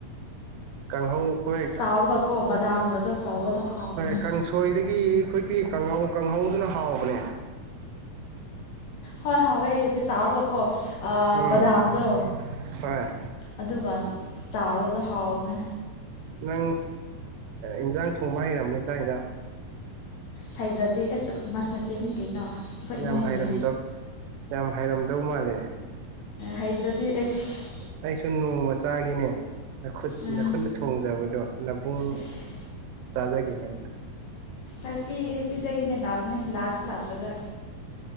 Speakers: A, on the right (about 80°); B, on the left (about 70°).
A: ꯀꯥꯡꯍꯧ ꯍꯣꯏ
B: ꯇꯥꯎꯔꯒꯀꯣ ꯕꯗꯥꯝꯒꯗꯣ ꯇꯧꯔꯒꯗꯣ ꯍꯥꯎꯕꯅꯦ
A: ꯍꯣꯏ ꯀꯥꯡꯁꯣꯏꯗꯒꯤ ꯑꯩꯈꯣꯏꯒꯤ ꯀꯥꯡꯍꯧ ꯀꯥꯡꯍꯧꯗꯨꯅ ꯍꯥꯎꯕꯅꯦ
B: ꯍꯣꯏ ꯍꯥꯎꯋꯦ ꯑꯩꯒꯗꯤ ꯇꯥꯎꯔꯒꯀꯣ
A: ꯎꯝ
B: ꯕꯗꯥꯝꯗꯣ
A: ꯍꯣꯏ
B: ꯑꯗꯨꯒ ꯇꯥꯎꯔꯣꯗꯣ ꯍꯥꯎꯕꯅꯦ
A: ꯅꯪ ꯏꯟꯖꯥꯡ ꯊꯣꯡꯕ ꯍꯩꯔꯝꯅꯦ ꯆꯥꯛ ꯌꯦꯟꯖꯥꯡ
B: ꯍꯩꯗ꯭ꯔꯗꯤ ꯑꯦꯁ ꯃꯥꯁꯇꯔ ꯆꯦꯐꯅꯤ ꯀꯩꯅꯣ ꯑꯩꯈꯣꯏ
A: ꯌꯥꯝ
B: ꯏꯃꯨꯡꯒꯤꯗꯤ
A: ꯍꯥꯏꯔꯝꯗꯧ ꯌꯥꯝ ꯍꯥꯏꯔꯝꯗꯧ ꯃꯥꯜꯂꯦ
B: ꯍꯩꯗ꯭ꯔꯥꯗꯤ ꯏꯁ
A: ꯑꯩꯁꯨ ꯅꯣꯡꯃ ꯆꯥꯒꯦꯅꯦ ꯅꯈꯨꯠ
B: ꯑꯥ
A: ꯅꯥꯈꯨꯠꯅ ꯊꯣꯡꯖꯕꯗꯣ ꯅꯥꯕꯨꯡ
B: ꯏꯁ
A: ꯆꯥꯖꯒꯦꯅꯦ ꯑꯝꯇ
B: ꯍꯣꯏ ꯄꯤꯒꯦ ꯄꯤꯖꯒꯦꯅꯦ ꯂꯥꯛꯑꯣꯅꯦ ꯂꯥꯛꯁꯨ ꯂꯥꯛꯇ꯭ꯔꯒ